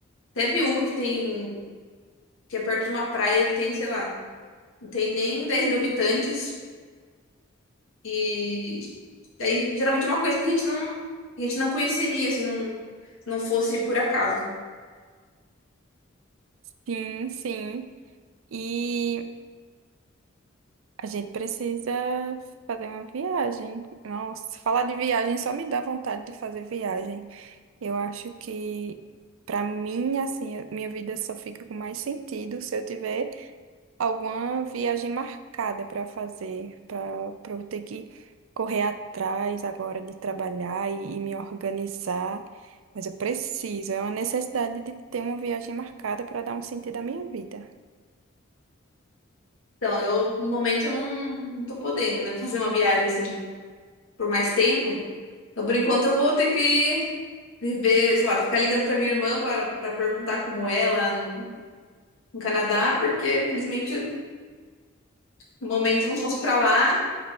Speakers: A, on the left; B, on the right.
A: Teve uma que tem. que é perto de uma praia que tem, sei lá, não tem nem 10 mil habitantes. E daí geralmente é uma coisa que a gente não, que a gente não conheceria, assim, não, se não fosse por acaso.
B: Sim, sim. E a gente precisa fazer uma viagem. Nossa, falar de viagem só me dá vontade de fazer viagem. Eu acho que, pra mim, assim, a minha vida só fica com mais sentido se eu tiver alguma viagem marcada para fazer, para para eu ter que correr atrás agora de trabalhar e, e me organizar. Mas eu preciso, é uma necessidade de ter uma viagem marcada para dar um sentido à minha vida.
A: Então, eu, no momento, eu não, não tô podendo, né, fazer uma viagem, assim, por mais tempo. Então, por enquanto, eu vou ter que viver, sei lá, ficar ligando pra minha irmã para para perguntar como é lá no, no Canadá, porque, infelizmente, no momento, eu não posso ir pra lá.